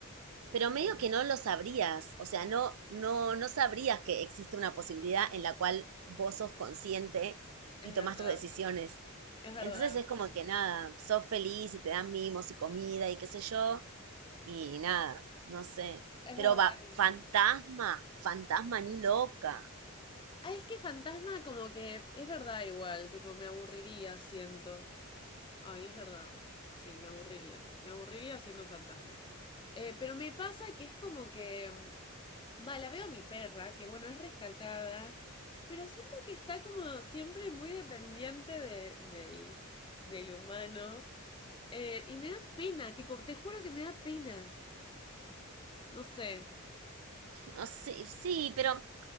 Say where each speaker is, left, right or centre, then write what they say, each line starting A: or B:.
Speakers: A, on the right (about 75°); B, on the left (about 20°).
A: Pero medio
B: Eh,
A: que no lo sabrías, o sea, no, no, no sabrías que existe una posibilidad en la cual vos sos consciente
B: Es
A: y tomás
B: verdad,
A: tus decisiones.
B: es verdad,
A: Entonces es como que nada, sos feliz y te dan mimos y comida y qué sé yo, y nada, no sé.
B: es
A: Pero
B: verdad
A: va, fantasma,
B: eso.
A: fantasma ni loca.
B: Ay, es que fantasma como que es verdad igual, tipo, me aburriría, siento. Ay, es verdad. Sí, me aburriría. Me aburriría siendo fantasma. Eh, pero me pasa que es como que. mm, Va, la veo a mi perra, que bueno, es rescatada. Pero siento que está como siempre muy dependiente de- del, del humano. Eh, y me da pena, tipo, te juro que me da pena. No sé.
A: No sé, sí, pero